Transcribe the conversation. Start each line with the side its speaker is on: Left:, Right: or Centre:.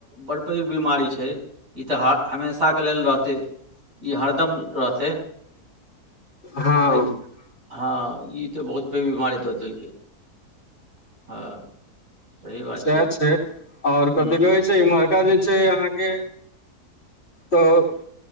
Right: बड़ पैघ बीमारी छै ई तऽ हा हमेशा के लेल रहतै ई हरदम रहतै।
Left: हँ
Right: एत हँ ई तऽ बहुत पैघ बीमारी दऽ देलकै। हँ सही बात
Left: सैह छै, आओर
Right: हुँ
Left: कथि कहे छै, इमहरका जे छै अहाँके तऽ